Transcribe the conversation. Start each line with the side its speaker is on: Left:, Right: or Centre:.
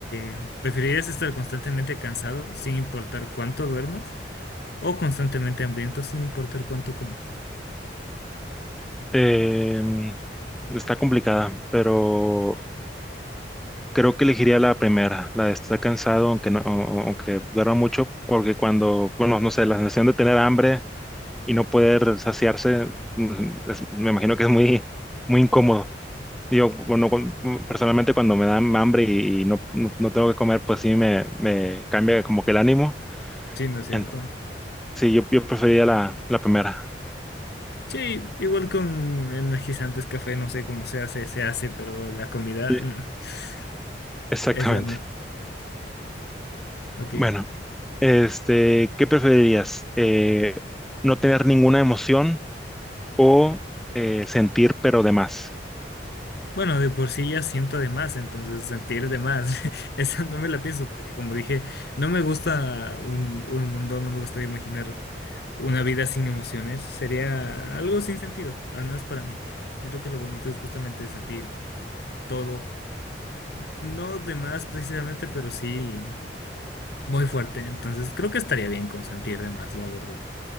Left: eh, preferirías estar constantemente cansado sin importar cuánto duermas o constantemente hambriento sin importar cuánto comas?
Centre: Eh, está complicada, pero creo que elegiría la primera, la de estar cansado, aunque no, o- o- aunque duerma mucho, porque cuando, bueno, no sé, la sensación de tener hambre y no poder saciarse, mm, es- me imagino que es muy, muy incómodo. Yo, bueno, cu- personalmente cuando me dan hambre y, y no, no, no tengo que comer, pues sí me, me cambia como que el ánimo.
Left: Sí, ¿no es cierto?
Centre: En- sí, yo, yo preferiría la, la primera.
Left: Sí, igual con energizantes, café, no sé cómo se hace, se hace, pero la comida,
Centre: Sí.
Left: mm, <laughs>
Centre: Exactamente.
Left: esa no, ok.
Centre: Bueno, este, ¿qué preferirías? Eh, ¿no tener ninguna emoción o eh, sentir pero de más?
Left: Bueno, de por sí ya siento de más, entonces sentir de más, <laughs> esa no me la pienso, porque como dije, no me gusta un, un mundo, no me gusta imaginar una vida sin emociones, sería algo sin sentido, al menos para mí. Siento que lo bonito es justamente sentir todo, no de más precisamente, pero sí muy fuerte, entonces creo que estaría bien con sentir de más, la verdad.